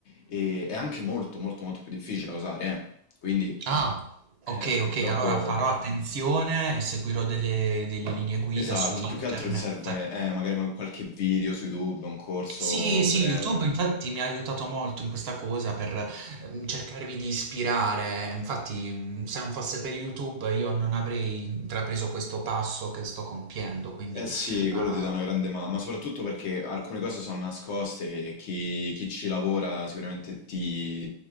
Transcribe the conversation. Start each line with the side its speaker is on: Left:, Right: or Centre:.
Left: e è anche molto molto molto più difficile da usare, eh. Quindi
Right: Ah,
Left: eh,
Right: okay,
Left: purtroppo,
Right: okay, allora farò attenzione e seguirò delle delle linee guida
Left: esatto,
Right: su internet.
Left: più che altro ti serve eh, magari ma- qualche video su YouTube, un corso
Right: Sì,
Left: breve.
Right: sì, YouTube infatti mi ha aiutato molto in questa cosa per ehm, cercarmi di ispirare. Infatti, mh, se non fosse per YouTube io non avrei intrapreso questo passo che sto compiendo, quindi
Left: Eh sì,
Right: ah,
Left: quello ti dà una grande mano, ma soprattutto perché alcune cose sono nascoste che chi, chi ci lavora sicuramente ti,